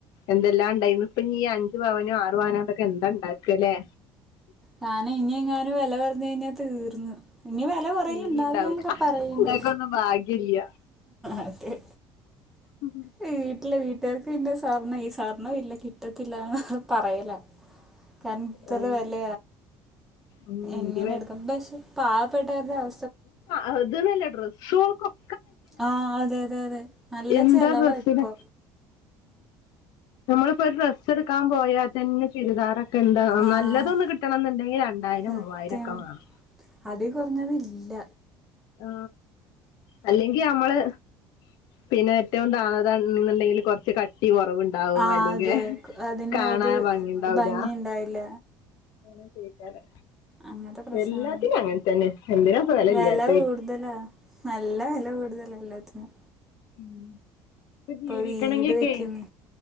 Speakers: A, on the left; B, in the centre.
A: എന്തെല്ലാം ഉണ്ടായിന് ഇപ്പ അഞ്ച് പവനും... വാനൊക്കെ എന്താണ്ടാക്കല്ലേ?
B: കാന ഇനി ഇങ്ങാനും വല കുറഞ്ഞ കഴിഞ്ഞാ തീർന്ന്. ഇനി വല വലകുറ
A: തീരെ
B: ഉണ്ടാവില്ലന്നൊക്കെ
A: ഉണ്ടാവൂല
B: പറയണ്ട്
A: ഞങ്ങക്കൊന്നും ഭാഗ്യല്ല
B: അതെ..
A: ഉം.
B: വീട്ടിലെ വീട്ടുകാർക്ക് പിന്നെ സ്വർണ്ണ ഈ സ്വർണ്ണം ഇല്ല കിട്ടത്തില്ലന്ന് പറയല. കാരണം ഇത്ര
A: ആഹ്
B: വല
A: ഉം
B: എങ്ങനെ
A: എന്ത്
B: എടുക്കും പക്ഷെ പാവപ്പെട്ടവരുടെ അവ
A: അത് നല്ല ഡ്രസ്ഒൾക് ഒകൊ
B: ആഹ അതെ അതെ അതെ. നല്ല
A: എന്താ
B: ചെലവാ
A: ഡ്രസ്സിന്
B: ഇപ്പൊ
A: നമ്മളിപ്പോ ഒരു ഡ്രസ്സ് എടുക്കാൻ പോയാൽ തന്നെ ചുരിദാറൊക്കെ എന്താ
B: ആഹ്
A: നല്ലതൊ കിട്ടണം എന്നുണ്ടെങ്കിൽ രണ്ടായിരം,
B: സത്യം
A: മൂവായിരം, ഒക്കെ വേണം.
B: അതി കുറഞ്ഞത് ഇല്ല.
A: ആ അല്ലെങ്കിൽ നമ്മള് പിന്നെ ഏറ്റവും തഴ് അന്ണ്ടെങ്കിൽ കുറ ട്ടി കുറവുണ്ടാവും
B: ആ
A: അല്ലെങ്കിൽ
B: അതെ അതിന്
A: കാണാൻ
B: അത്
A: ഭംഗിണ്ടാവൂല.
B: ഭംഗിയുണ്ടാവില്ല
A: അങ്ങനെ കേക്കാറ്
B: അങ്ങനത്തെ പ്രശ്നങ്ങളുണ്ട്
A: എല്ലാത്തിനും അങ്ങനെ തന്നെ എന്തിന പം വല
B: വില
A: ഇല്ലാത്ത
B: കൂടുതലാ നല്ല വില കൂടുതല എല്ലാത്തിനും.
A: മ് ഇപ്പൊ ജീവിക്കണെങ്കി
B: വീട് വെക്കുന്ന്
A: ക്കെ